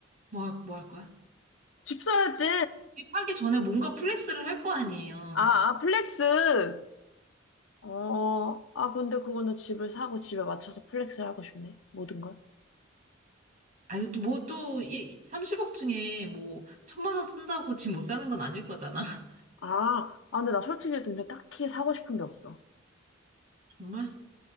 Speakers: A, on the right; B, on the left.
A: 뭐 할, 뭐 할 거야?
B: 집 사야지.
A: 집 사기 전에 뭔가 플렉스를 할 거 아니에요.
B: 아, 아, 플렉스. 어, 아, 근데 그거는 집을 사고 집에 맞춰서 플렉스를 하고 싶네. 모든 걸.
A: 아니, 또 뭐 또, 이 30억 중에 뭐, 천만 원 쓴다고 집 못 사는 건 아닐 거잖아. <laughs>
B: 아, 아, 근데 나 솔직히 근데 딱히 사고 싶은 게 없어.
A: 정말?